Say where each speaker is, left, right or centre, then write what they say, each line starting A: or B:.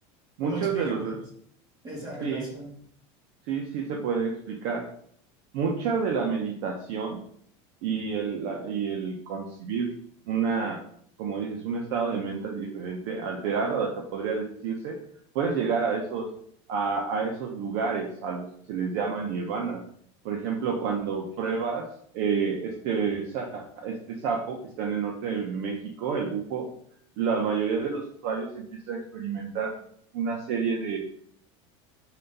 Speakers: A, on the right; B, on the right.
A: muchos
B: cómo explicarías
A: de los,
B: esa relación?
A: sí, sí, sí se puede explicar mucha de la meditación y el, la- y el concebir una, como dices, un estado de mente diferente, alterado, hasta podría decirse, puedes llegar a esos, a, a esos lugares a los que se les llama nirvana. Por ejemplo, cuando pruebas eh, este, sa- este sapo que está en el norte de México, el bufo, la mayoría de los usuarios empiezan a experimentar una serie